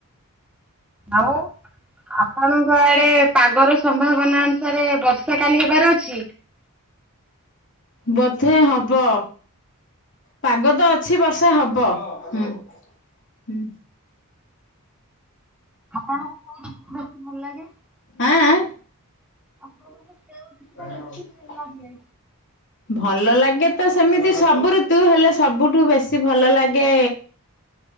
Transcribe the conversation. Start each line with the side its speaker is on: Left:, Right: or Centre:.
Centre: ଆଉ ଆପଣଙ୍କ ଆଡେ ପାଗର ସମ୍ଭାବନା ଅନୁସାରେ ବର୍ଷା କାଲି ହେବାରେ ଅଛି?
Left: ବଧେ ହବ। ପାଗ ତ ଅଛି ବର୍ଷା ହବ। ହୁଁ ହୁଁ।
Centre: ଆପଣଙ୍କୁ କୋଉ ଋତୁ ବେଶି ଭଲ ଲାଗେ?
Left: ଆଁଏ ଆଁଏ।
Centre: ଆପଣଙ୍କୁ କେଉଁ ଋତୁ ଟା
Left: ହ
Centre: ଭଲ ଲାଗେ।
Left: ଭଲ ଲାଗେ ତ ସେମିତି ସବୁ ଋତୁ ହେଲେ ସବୁଠୁ ବେଶୀ ଭଲ ଲାଗେ